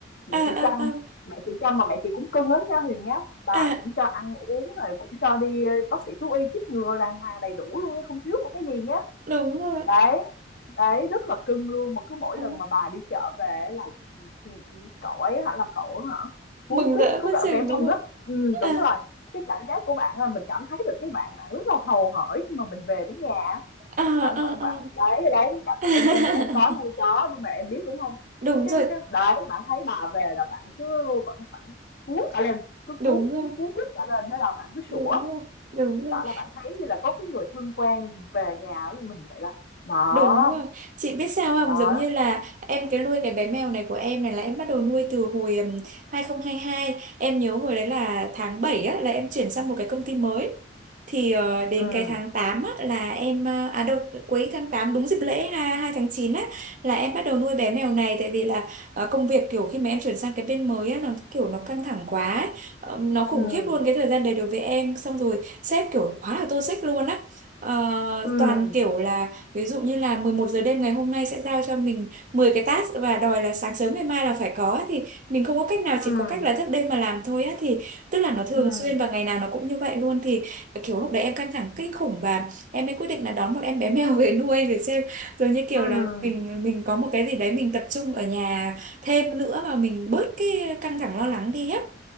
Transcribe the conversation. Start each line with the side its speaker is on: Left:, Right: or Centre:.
Left: mẹ
Right: à, à,
Left: chị chăm
Right: à, à,
Left: mẹ chị chăm mà mẹ chị cũng cưng lắm nha Huyền nhá bà
Right: à,
Left: cũng cho ăn uống rồi cũng cho đi ờ, bác sĩ thú y chích ngừa đàng hoàng đầy đủ luôn nha không thiếu một cái gì nhá
Right: đúng rồi
Left: đấy đấy rất là cưng luôn mà cứ mỗi
Right: à,
Left: lần mà bà đi chợ về là ừ, ừ, ừ, cậu ấy hả là cậu ấy hả
Right: mừng
Left: cuốn quýt
Right: rỡ
Left: cứ
Right: quá
Left: cả
Right: chừng
Left: vẻ
Right: đúng
Left: mừng
Right: không
Left: á ừ,
Right: à,
Left: đúng rồi cái cảm giác của bạn là mình cảm thấy được cái bạn bạn rất là hầu hởi khi mà mình về đến nhà á.
Right: à, à,
Left: bạn bạn bạn
Right: à.
Left: đấy đấy cái cảm
Right: <laughs>
Left: em em em có nuôi chó nhưng mà em biết đúng không
Right: đúng
Left: cái cái
Right: rồi
Left: cái đấy bạn thấy bà về là bạn cứ bạn bạn cuốn cả lên cứ cuốn
Right: đúng rồi
Left: cuốn cuốn quýt cả lên thế là bạn cứ sủa
Right: đúng rồi đúng
Left: Chứng
Right: rồi
Left: tỏ là bạn thấy như là có cái người thân quen về nhà với mình vậy đó. Đó,
Right: Đúng rồi. Chị biết sao
Left: đó.
Right: không? Giống như là em cái nuôi cái bé mèo này của em này là em bắt đầu nuôi từ hồi ừm, 2022. Em nhớ hồi đấy là tháng 7 á, là em chuyển sang một cái công ty mới. Thì ờ, đến
Left: Ừm,
Right: cái tháng 8 á, là em ờ, à đâu cuối tháng 8 đúng dịp lễ hai hai tháng chín á là em bắt đầu nuôi bé mèo này tại vì là ờ, công việc kiểu khi mà em chuyển sang cái bên mới á nó kiểu nó căng thẳng quá ấy. Ờ, nó khủng
Left: ừm,
Right: khiếp luôn cái thời gian đấy đối với em xong rồi sếp kiểu quá là toxic luôn á Ờ,
Left: ừm,
Right: toàn kiểu là Ví dụ như là 11 giờ đêm ngày hôm nay sẽ giao cho mình 10 cái task và đòi là sáng sớm ngày mai là phải có á, thì mình không có cách nào chỉ
Left: ừm,
Right: có cách là thức đêm mà làm thôi á thì tức là nó thường
Left: ừm,
Right: xuyên và ngày nào nó cũng như vậy luôn thì kiểu lúc đấy em căng thẳng kinh khủng và em mới quyết định là đón một em bé <laughs> mèo về nuôi để xem rồi như kiểu
Left: ừm,
Right: là mình mình có một cái gì đấy mình tập trung ở nhà thêm nữa và mình bớt cái căng thẳng lo lắng đi á